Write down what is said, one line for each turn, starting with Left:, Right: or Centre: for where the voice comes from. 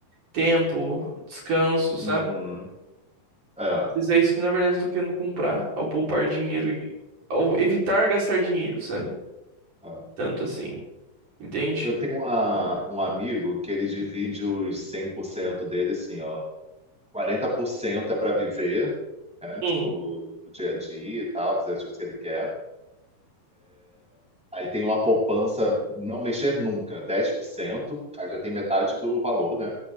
Right: tempo, descanso,
Centre: uhum.
Right: sabe?
Centre: É,
Right: Mas É isso que na verdade eu tô querendo comprar, ao poupar dinheiro e ao evitar gastar dinheiro, sabe?
Centre: é.
Right: tanto assim, entende?
Centre: Eu tenho uma- um amigo que ele divide os 100% dele, assim, ó, 40% é para viver, né?
Right: Hum,
Centre: Tipo, o dia a dia e tal, fazer as coisas que ele quer. Aí tem uma poupança não mexer nunca, 10% aí já tem metade do valor, né?